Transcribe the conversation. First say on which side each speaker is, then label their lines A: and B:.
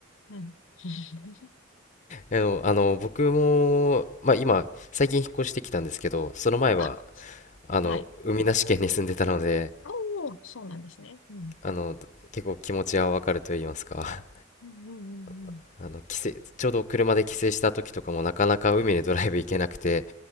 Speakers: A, on the left; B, on the left.
A: うん。<laughs>
B: あの、あの僕も、まあ、今最近引っ越してきたんですけどその前は
A: あ、
B: あの海なし県に住んでたので
A: はい。おお、そうなんですね。うん。
B: あの結構気持ちはわかると言いますか
A: うんうんうんうん。
B: <laughs> あの帰省ちょうど車で帰省した時とかもなかなか海にドライブ行けなくて